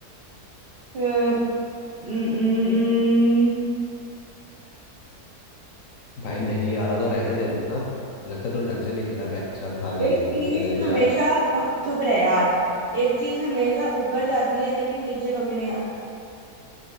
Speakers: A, on the right (about 75°); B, on the left (about 70°).
A: अ, न- न- न-
B: भाई नहीं आ रहा तो रहने देना लगता है तूने ढंग से नहीं खेला बहन के साथ हार गई
A: एक
B: थी तो
A: चीज
B: इसलिए तेरे को
A: हमेशा
B: याद
A: अ, चुप रहे यार एक चीज हमेशा ऊपर जाती है लेकिन नीचे कभी नहीं आती